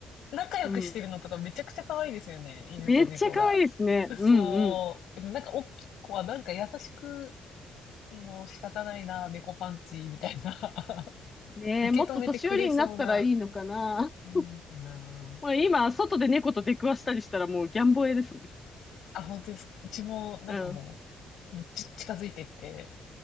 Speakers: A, on the left (about 75°); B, on the left (about 25°).
A: 仲良くしてるのとかめちゃくちゃ可愛いですよね、
B: うん。
A: 犬と猫が。
B: めっちゃ可愛いですね。
A: そう、
B: うんうん。
A: でもなんか大きい子はなんか優しく、もう仕方ないな、猫パンチ、みたいな <laughs>
B: ねえ、
A: 受け止めてくれそうな、
B: もっと年寄りになったらいいのかな。
A: うんかな。
B: <laughs> まあ今、外で猫と出くわしたりしたらもうギャンボエですもん。
A: あ、本当ですか。うちもなんかも
B: うん。
A: う、めっちゃ近づいてって、